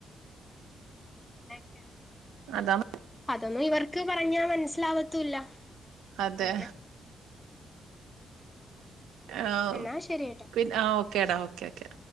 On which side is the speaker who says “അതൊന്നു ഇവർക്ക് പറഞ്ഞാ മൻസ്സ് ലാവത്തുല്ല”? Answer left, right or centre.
Left